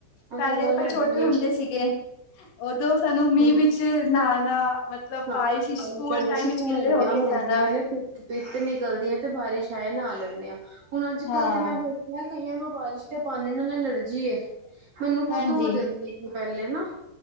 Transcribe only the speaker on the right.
ਤਾਂ
ਗੱਲ
ਹੈਗੀ
ਏ
ਹੂੰ,
ਹਾਂ,
ਪਹਲੇ
ਕਹਿੰਦੇ
ਸੀ
ਕਮੋਲੀਆਂ
ਹੁੰਦੀਆਂ
ਨੇ ਤੇ ਪਿੱਤ ਨਿਕਲਦੀ ਐ ਤੇ ਬਾਰਿਸ਼ ਹੈ ਨਾ ਲੈਂਦੇ ਹਾਂ ਹੁਣ ਅੱਜ
ਕੱਲ ਤੇ ਮੈਂ ਮੈਂ ਕਈਆਂ ਨੂੰ ਬਾਰਿਸ਼ ਤੇ ਪਾਣੀ ਨਾਲ ਅਲਰਜੀ ਐ ਮੈਨੂੰ ਖੁੱਦ
ਹੋ ਜਾਂਦੀ। ਪਹਿਲੇ ਨਾ